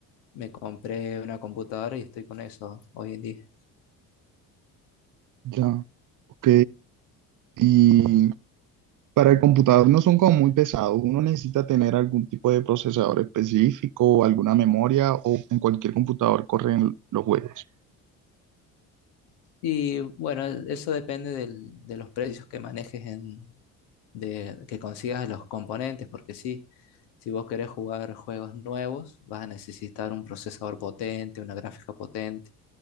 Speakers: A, on the left; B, on the right.
A: me compré una computadora y estoy con eso hoy en día.
B: Ya, ok. ¿Y Para el computador no son como muy pesados. Uno necesita tener algún tipo de procesador específico, o alguna memoria o en cualquier computador corren los juegos.
A: Y bueno, eso depende del- de los precios que manejes en, de, que consigas de los componentes, porque sí, si vos querés jugar juegos nuevos, vas a necesitar un procesador potente, una gráfica potente,